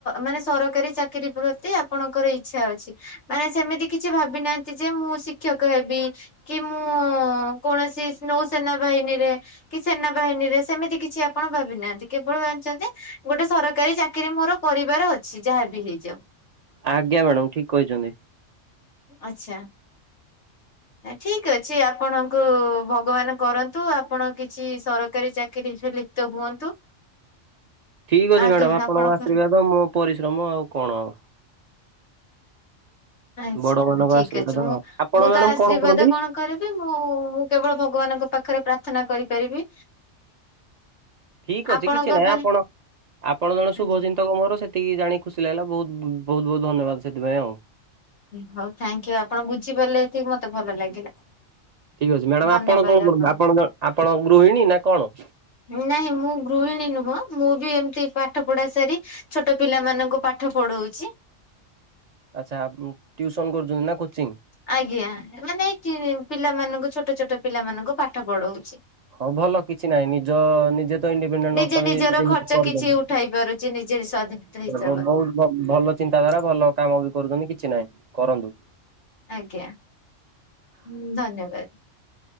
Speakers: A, on the left (about 60°); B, on the right (about 65°).
A: ମାନେ ସରକାରୀ ଚାକିରୀ ପ୍ରତି ଆପଣଙ୍କର ଇଛା ଅଛି। ମାନେ ସେମିତି କିଛି ଭାବି ନାହାନ୍ତି ଯେ ମୁଁ ଶିକ୍ଷକ ହେବି। କି ମୁଁ କୌଣସି ନୌସେନା ବାହିନୀରେ, କି ସେନା ବାହିନୀରେ, ସେମିତି କିଛି ଆପଣ ଭାବିନାହାନ୍ତି, କେବଳ ଜାଣିିଛନ୍ତି ଯେ ଗୋଟେ ସରକାରୀ ଚାକିରି ମୋର କରିବାର ଅଛି ଯାହା ବି ହେଇଯାଉ।
B: ଆଜ୍ଞା ମ୍ୟାଡ଼ାମ୍ ଠିକ୍ କହିଛନ୍ତି।
A: ଆଛା। ଠିକ ଅଛି, ଆପଣଙ୍କୁ ଭଗବାନ କରନ୍ତୁ, ଆପଣ କିଛି ସରକାରୀ ଚାକିରି ଝୁଲି ତ ହୁଅନ୍ତୁ।
B: ଠିକ ଅଛି
A: ଆଜ୍ଞା
B: ମ୍ୟାଡାମ, ଆପଣଙ୍କ
A: ଆପଣଙ୍କର
B: ଆଶୀର୍ବାଦ ମୋ ପରିଶ୍ରମ ଆଉ କଣ ଅ।
A: ଆଛା,
B: ବଡ ମାନଙ୍କ
A: ଠିକ
B: ଆଶୀର୍ବାଦ
A: ଅଛି ମୁଁ,
B: ଆଉ ଆପଣ
A: ମୁଁ
B: ମ୍ୟାଡାମ
A: ତ ଆଶୀର୍ବାଦ
B: କଣ କରନ୍ତି
A: କଣ? କରିବି ମୁଁ, ମୁଁ କେବଳ ଭଗବାନଙ୍କ ପାଖରେ ପ୍ରାର୍ଥନା କରିପାରିବି
B: ଠିକ ଅଛି,
A: ଆପଣଙ୍କ
B: କିଛି ନାହିଁ
A: ପରି
B: ଆପଣ, ଆପଣ ଜଣେ ଶୁଭ
A: ଆଜ୍ଞା।
B: ଚିନ୍ତ କ ମୋର, ସେତିକି ଜାଣି ଖୁସି ଲାଗିଲା ବହୁତ ବହୁତ ବହୁତ ଧନ୍ୟବାଦ ସେଥିପାଇଁ ଆଉ।
A: ହଉ, ଥାଙ୍କ ୟୁ, ଆପଣ ବୁଝିପାରିଲେ ଏତିକି ମତେ ଭଲ ଲାଗିଲା।
B: ଠିକ ଅଛି, ମ୍ୟାଡାମ
A: ଧନ୍ୟବାଦ
B: ଆପଣ କଣ କରନ୍ତି?
A: ଆପଣଙ୍କୁ
B: ଆପଣ ଆପଣ ଗୃହିଣୀ ନା କଣ?
A: ନାଇଁ ମୁଁ ଗୃହିଣୀ ନୁହଁ, ମୁଁ ବି ଏମତି ପାଠ ପଢା ସାରି ଛୋଟ ପିଲାମାନଙ୍କୁ ପାଠ ପଢଉଛି।
B: ଆଛା ଆ, ଉଁ ଟ୍ୟୁସନ କରୁଛନ୍ତି ନା କୋଚିଙ୍ଗ?
A: ଆଜ୍ଞା ମାନେ, ଏ ପିଲାମାନଙ୍କୁ ଛୋଟ ଛୋଟ ପିଲାମାନଙ୍କୁ ପାଠ ପଢଉଛି।
B: ହଁ ଭଲ କିଛି ନାହିଁ, ନିଜ ନିଜେ ତ ଇଣ୍ଡିପେଣ୍ଡେଣ୍ଟ
A: ନିଜେ
B: ଅଛନ୍ତି,
A: ନିଜର
B: ନିଜେ
A: ଖର୍ଚ୍ଚ
B: କିଛି କରିଛନ୍ତି।
A: ଉଠାଇ ପାରୁଛି ନିଜେ ସ୍ୱାଧୀନତା ହିସାବରେ।
B: ବହୁତ ବହୁତ ଭଲ ଚିନ୍ତାଧାରା, ଭଲ କାମ ବି କରୁଛନ୍ତି, କିଛି ନାହିଁ କରନ୍ତୁ।
A: ଆଜ୍ଞା, ହଁ ଧନ୍ୟବାଦ,